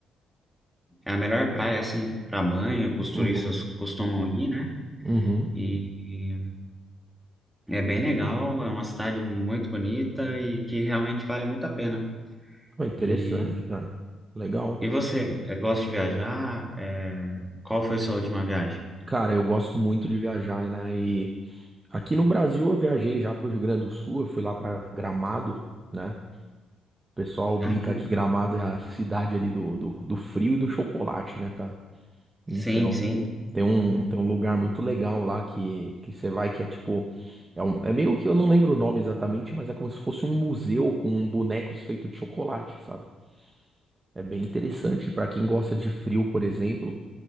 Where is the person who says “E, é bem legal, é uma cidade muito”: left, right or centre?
Centre